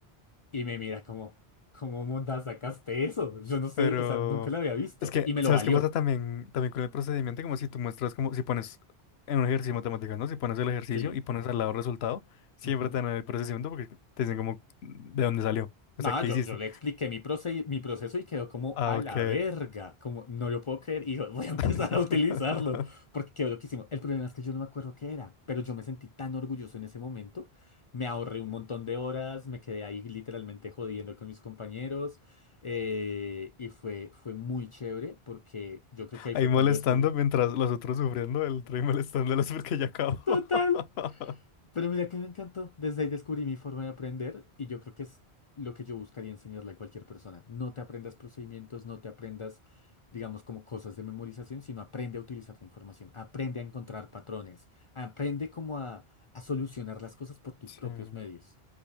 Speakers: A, on the left (about 50°); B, on the left (about 75°).
A: Y me mira como, ¿cómo monda sacaste eso? Yo no sé,
B: Pero
A: o sea, nunca lo había visto.
B: es que,
A: Y me
B: ¿sabes
A: lo valió.
B: qué pasa también, también con el procedimiento? Como si tú muestras, como si pones en un ejercicio matemático, ¿no? Si pones el ejercicio
A: Sí.
B: y pones al lado el resultado, siempre
A: Ujú.
B: te dan el procedimiento porque te dicen como de dónde salió. O
A: Nada,
B: sea, ¿qué
A: yo,
B: hiciste?
A: yo le expliqué mi, proce- mi proceso y quedó como
B: Ah,
A: a
B: ok.
A: la verga, como no lo puedo creer y yo voy a empezar
B: <laughs>
A: a utilizarlo porque quedó loquísimo. El problema es que yo no me acuerdo qué era, pero yo me sentí tan orgulloso en ese momento, me ahorré un montón de horas, me quedé ahí literalmente jodiendo con mis compañeros eh, y fue, fue muy chévere porque yo creo que ahí
B: Ahí
A: fue
B: molestando
A: cuando descubrí.
B: mientras los otros sufriendo, el otro ahí molestándolos porque ya acabó. <laughs>
A: Total. Pero mira que me encantó. Desde ahí descubrí mi forma de aprender y yo creo que es lo que yo buscaría enseñarle a cualquier persona. No te aprendas procedimientos, no te aprendas, digamos, como cosas de memorización, sino aprende a utilizar la información, aprende a encontrar patrones, aprende como a, a solucionar las cosas por tus
B: Sí.
A: propios medios.